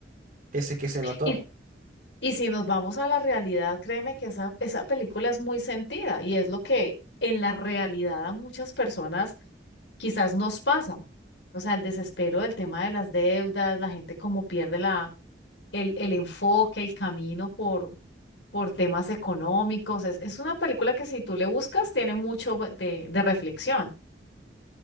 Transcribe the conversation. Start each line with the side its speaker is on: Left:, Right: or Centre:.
Right: ese que se notó.
Left: y Y si nos vamos a la realidad, créeme que esa, esa película es muy sentida y es lo que en la realidad a muchas personas quizás nos pasa. O sea, el desespero del tema de las deudas, la gente como pierde la, el, el enfoque, el camino por, por temas económicos. Es, es una película que si tú le buscas tiene mucho de de reflexión.